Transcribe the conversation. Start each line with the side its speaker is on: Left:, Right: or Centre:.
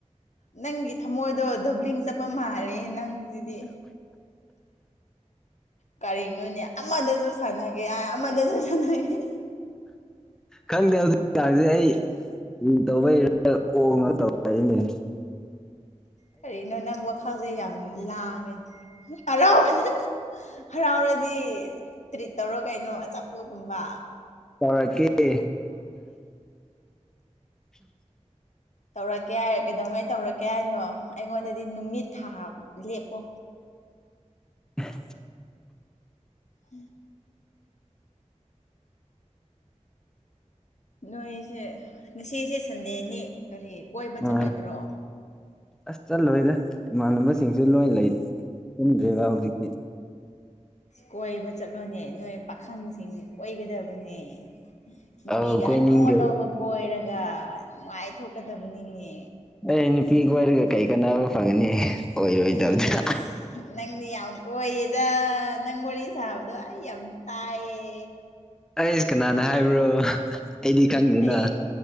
Left: ꯅꯪꯒꯤ ꯊꯃꯣꯏꯗꯣ ꯗꯣꯕ꯭ꯂꯤꯡ ꯆꯠꯄ ꯃꯥꯜꯔꯦ ꯅꯪꯁꯤꯗꯤ ꯀꯔꯤꯅꯣꯅꯦ ꯑꯃꯗꯁꯨ ꯁꯥꯟꯅꯒꯦ ꯌꯥ ꯑꯃꯗꯁꯨ ꯁꯥꯟꯅꯒꯦ
Centre: ꯈꯪꯗꯦ ꯑꯗꯨꯔꯗꯤ ꯑꯩ ꯎ ꯇꯏ ꯀ ꯅ ꯇꯧꯅꯤ
Left: ꯀꯔꯤꯅꯣ ꯅꯪ ꯋꯥꯈꯜꯥꯁꯦ ꯌꯥꯝ ꯂꯥꯡꯉꯦ ꯍꯔꯥꯎꯕ ꯍꯔꯥꯎꯔꯗꯤ ꯇ꯭ꯔꯤꯠ ꯇꯧꯔꯣ ꯀꯩꯅꯣ ꯑꯆꯥꯄꯣꯒꯨꯝꯕ
Centre: ꯇꯧꯔꯛꯀꯤꯦ ꯎꯝ
Left: ꯇꯧꯔꯛꯀꯦꯔ ꯀꯩꯗꯧꯉꯅ ꯇꯧꯔꯀꯦ ꯀꯌꯥꯅꯣ ꯑꯩꯉꯣꯟꯗꯗꯤ ꯅꯨꯃꯤꯠ ꯊꯥ ꯂꯦꯞꯄꯣ
Centre: ꯎꯝ
Left: ꯎꯝ ꯅꯣꯏꯁꯦ ꯉꯁꯤꯁꯦ ꯁꯟꯗꯦꯅꯤ ꯀꯔꯤ ꯀꯣꯏꯕ
Centre: ꯑꯥ
Left: ꯆꯠꯂꯣꯏꯗ꯭ꯔꯣ
Centre: ꯑꯁ ꯆꯠꯂꯣꯏꯗ ꯏꯃꯥꯟꯅꯕꯁꯤꯡꯁꯨ ꯂꯣꯏ ꯂꯩ ꯆꯟꯗ꯭ꯦꯕ ꯍꯧꯖꯤꯛꯇꯤ
Left: ꯀꯣꯏꯕ ꯆꯠꯂꯣꯅꯦ ꯅꯣꯏ ꯄꯥꯈꯪꯁꯤꯡꯁ ꯀꯣꯏꯒꯗꯕꯅꯦ ꯅꯨꯄꯤꯒ
Centre: ꯑꯧ ꯀꯣꯏꯅꯤꯡꯗꯦ
Left: ꯑꯅꯧ ꯑꯅꯧꯕ ꯀꯣꯏꯔꯒ ꯅꯨꯡꯉꯥꯏꯊꯣꯛꯀꯗꯕꯅꯤꯅꯦ
Centre: ꯑꯩ ꯅꯨꯄꯤꯒ ꯑꯣꯏꯔꯒ ꯀꯩ ꯀꯥꯟꯅꯕ ꯐꯪꯒꯅꯤ ꯑꯣꯏꯔꯣꯏꯗꯕꯗꯅ
Left: ꯑꯦꯁ ꯅꯪꯗꯤ ꯌꯥꯝ ꯀꯣꯏꯌꯦꯗ ꯅꯪ ꯋꯥꯔꯤ ꯁꯥꯕꯗꯣ ꯑꯩ ꯌꯥꯝ ꯇꯥꯏꯌꯦ
Centre: ꯑꯩꯁ ꯀꯅꯥꯅ ꯍꯥꯏꯕ꯭ꯔꯣ ꯑꯩꯗꯤ ꯈꯪꯗꯦꯅ
Left: ꯑꯩ